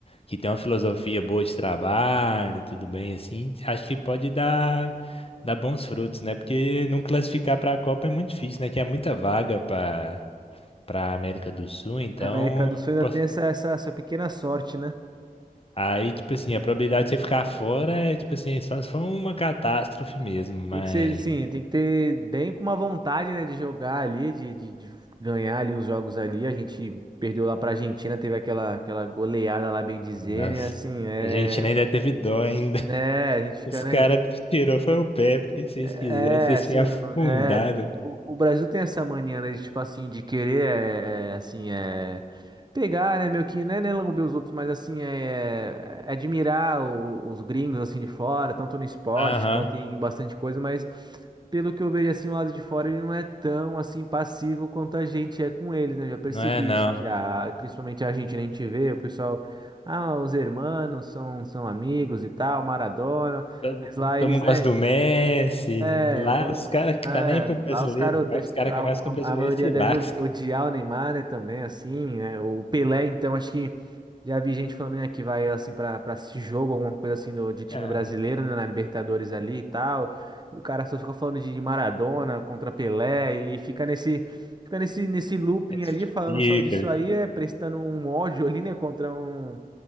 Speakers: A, on the left; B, on the right.
A: que tem uma filosofia boa de trabalho, tudo bem, assim, acho que pode dar, dar bons frutos, né? Porque não classificar pra Copa é muito difícil, né? Que é muita vaga pra, pra América do Sul, então.
B: A América do Sul ainda
A: poss-
B: tem essa, essa, essa pequena sorte, né?
A: Aí, tipo assim, a probabilidade de você ficar fora é, tipo assim, só se for uma catástrofe mesmo, mas.
B: Tem que ser, sim, tem que ter bem com uma vontade, né, de jogar ali, de, de- de ganhar ali os jogos ali. A gente perdeu lá pra Argentina, teve aquela, aquela goleada lá, bem dizer,
A: Nossa.
B: né? Assim, é.
A: A gente nem deve teve dó ainda.
B: É, a gente fica,
A: Os
B: né?
A: caras tirou foi o pé, porque se vocês
B: É,
A: quisessem, vocês
B: assim,
A: tinham afundado.
B: É, o, o Brasil tem essa mania, né, de tipo assim, de querer, é, é, assim, é, pegar, né, meio que, né, né, lamber os outros, mas assim, é, é admirar o- os gringos, assim, de fora, tanto no esporte
A: Aham,
B: quanto em bastante coisa, mas pelo que eu vejo, assim, o lado de fora, ele não é tão, assim, passivo quanto a gente é com eles, né, eu já percebi
A: não é não.
B: isso já, principalmente a gente, né, a gente vê o pessoal, ah, os hermanos são, são amigos e tal, Maradona,
A: Todo-
B: mas lá
A: Todo
B: eles,
A: mundo
B: né?
A: gosta do Messi.
B: É,
A: Lá
B: vamos.
A: os caras que
B: É,
A: tá nem pra brasileiro.
B: lá os caras, odeiam-
A: Lá os caras
B: algum-
A: que é mais que o brasileiro
B: a a maioria
A: se
B: deve
A: lascam.
B: o- odiar o Neymar, né? Também, assim. é, o Pelé, então, acho que já vi gente falando, né, que vai, assim, pra, pra assistir jogo, alguma coisa assim do, de time
A: <laughs>
B: brasileiro, né? Na Libertadores ali e tal. E o cara só fica falando de Maradona contra Pelé e fica nesse. Fica nesse, nesse looping
A: Ah,
B: ali, falando
A: fica.
B: só disso aí, é, prestando um ódio ali, né? Contra um.